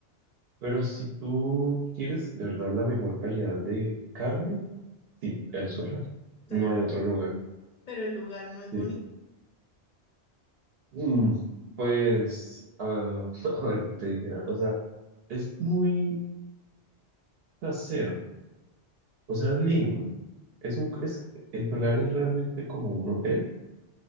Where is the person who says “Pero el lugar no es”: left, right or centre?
Left